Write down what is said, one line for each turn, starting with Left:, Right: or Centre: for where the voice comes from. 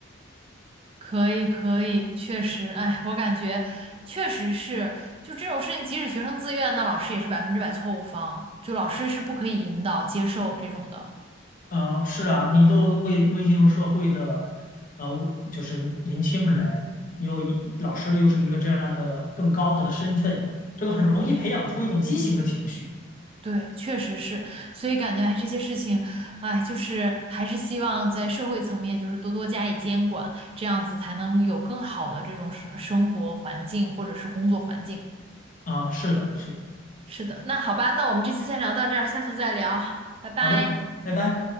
Right: 可以可以，确实，哎，我感觉确实是，就这种事情，即使学生自愿，那老师也是百分之百错误方，就老师是不可以引导接受这种的。
Left: 嗯，是啊，你都未未进入社会的，呃，就是年轻人，又一老师又是一个这样的更高的身份，这个很容易培养出一种畸形的情绪
Right: 对，确实是，所以感觉哎，这些事情，哎，就是还是希望在社会层面，就是多多加以监管，这样子才能有更好的这种生生活环境或者是工作环境。
Left: 啊，是的，是的，
Right: 是的，那好吧，那我们这次先聊到这儿，下次再聊，拜拜。
Left: 好的，拜拜。